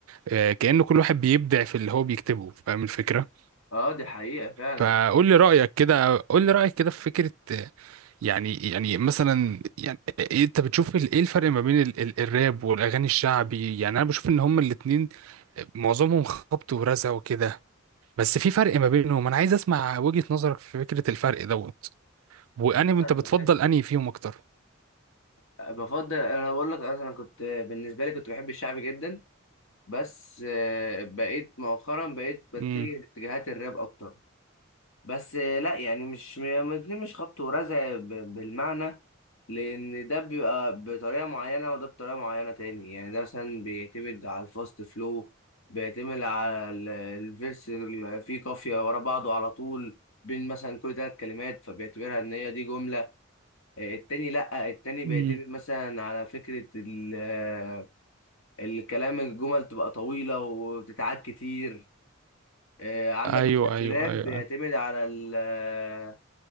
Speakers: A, on the right; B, on the left.
A: آه، كأنه كل واحد بيبدع في اللي هو بيكتبه فاهم الفكرة
B: اه دي حقيقة فعلا
A: فقول لي رأيك كده قول لي رأيك كده في فكرة يعني يعني مثلا يعني إيه- انت بتشوف ال- ايه الفرق ما بين ال ال الراب والاغاني الشعبي يعني انا بشوف ان هما الاتنين معظمهم خبط ورزع وكده بس في فرق ما بينهم انا عايز اسمع وجهة نظرك في فكرة الفرق دوت وانهي
B: بص
A: انت
B: انا
A: بتفضل
B: بحس
A: انهي فيهم اكتر
B: بفضل انا بقول لك انا كنت بالنسبة لي كنت بحب الشعب جدا بس آه، بقيت مؤخرا بقيت بتجه
A: امم
B: لاتجاهات الراب اكتر بس آه، لا يعني مش م- الاتنين مش خبط ورزع ب- بالمعنى لان ده بيبقى بطريقة معينة وده بطريقة معينة تاني يعني ده مثلا بيعتمد على الفاست فلو بيعتمد على ال- الفيرس اللي فيه قافية ورا بعضه على طول بين مثلا كل ثلاث كلمات فبيعتبرها ان هي دي جملة التاني لأ التاني بيعتمد
A: مم.
B: مثلا على فكرة ال- آه، الكلام الجمل تبقى طويلة وبتتعاد كتير آه، عندك
A: ايوه
B: مثلا
A: ايوه
B: الراب
A: ايوه
B: بيعتمد
A: أيوة.
B: على ال- آه،